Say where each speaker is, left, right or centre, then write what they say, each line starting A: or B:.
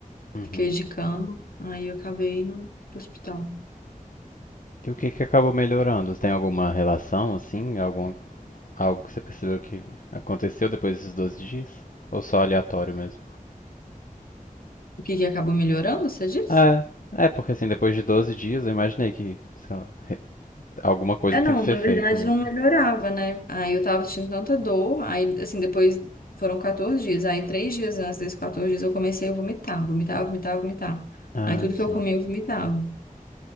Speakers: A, on the left (about 65°); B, on the left (about 85°).
A: Uhum.
B: Fiquei de cama, aí eu acabei indo pro hospital.
A: E o que que acabou melhorando? Tem alguma relação, assim? Algum, algo que você percebeu que aconteceu depois desses 12 dias? Ou só aleatório mesmo?
B: O que que acabou melhorando, você disse?
A: É, é, porque assim, depois de 12 dias eu imaginei que, sei lá, re- alguma coisa
B: É, não,
A: tem que
B: na
A: ser feita,
B: verdade
A: né?
B: não melhorava, né? Aí eu tava sentindo tanta dor, aí assim, depois foram 14 dias, aí três dias antes desses 14 dias eu comecei a vomitar, vomitar, vomitar, vomitar.
A: Ah,
B: Aí tudo que eu
A: sim.
B: comia eu vomitava.